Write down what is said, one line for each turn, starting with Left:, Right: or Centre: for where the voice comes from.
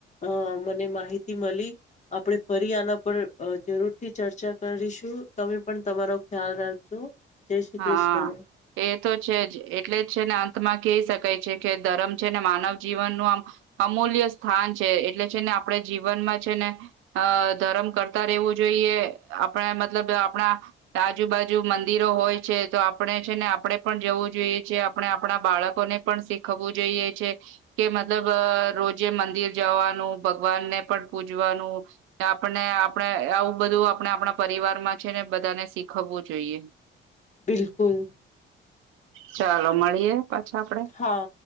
Left: અ મને માહિતી મલી, આપળે ફરી આના પર અ જરૂર થી ચર્ચા કરીશું, તમે પણ તમારો ખ્યાલ રાખજો જય શ્રી
Right: હા,
Left: કૃષ્ણ
Right: એ તો છે જ એટલે જ છે ને અંતમાં કે શક કય છે કે ધર્મ છે, ને માનવ જીવન નું આમ અમૂલ્ય સ્થાન છે એટલે છે ને આપળે જીવનમાં છે ને અ ધર્મ કરતા રહેવું જોઈએ આપળે મતલબ આપણા આજુબાજુ મંદિરો હોય, છે તો આપણે છે, ને આપળે પણ જવું જોઈએ છે આપણે આપણા બાળકોને પણ શીખવવું જોઈએ છે, કે મતલબ અ રોજે મંદિર જવાનું ભગવાનને પણ પૂજવાનું આપને આપણે આવું બધું આપણે આપણા પરિવારમાં છે ને બધાને શીખવવું જોઈએ.
Left: બિલકુલ.
Right: ચાલો મળીએ, પાછા આપડે.
Left: હા